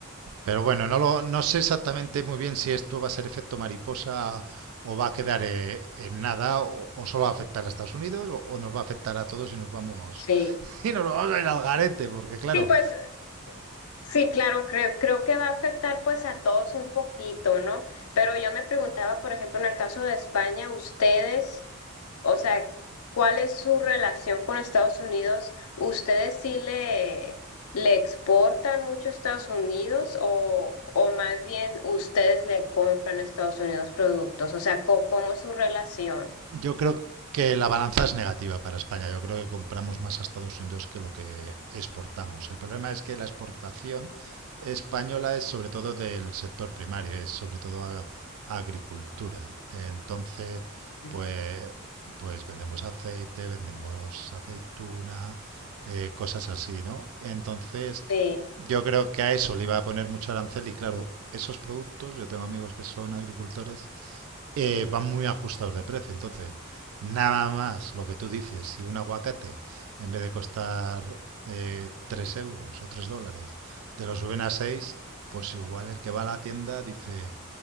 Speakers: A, on the right (about 70°); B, on the left (about 70°).
A: Pero bueno, no, lo, no sé exactamente muy bien si esto va a ser efecto mariposa o va a quedar eh, en nada o, o solo va a afectar a Estados Unidos o, o nos va a afectar a todos y nos vamos
B: sí.
A: <laughs> y nos vamos a ir al garete porque claro
B: Sí, pues sí, claro, creo, creo que va a afectar pues a todos un poquito, ¿no? Pero yo me preguntaba, por ejemplo, en el caso de España, ustedes... O sea, ¿cuál es su relación con Estados Unidos? ¿Ustedes sí le, le exportan mucho a Estados Unidos o, o más bien ustedes le compran a Estados Unidos productos? O sea, co- ¿cómo, es su relación?
A: Yo creo que la balanza es negativa para España. Yo creo que compramos más a Estados Unidos que lo que exportamos. El problema es que la exportación española es sobre todo del sector primario, es sobre todo a- a agricultura. Entonces,
B: Mm.
A: pues, pues vendemos aceite, vendemos aceituna, eh, cosas así, ¿no? Entonces,
B: Sí,
A: yo creo que a eso le iba a poner mucho arancel y claro, esos productos, yo tengo amigos que son agricultores, eh, van muy ajustados de precio. Entonces, nada más lo que tú dices, si un aguacate, en vez de costar eh, 3 euros o 3 dólares, te lo suben a 6, pues igual el que va a la tienda dice,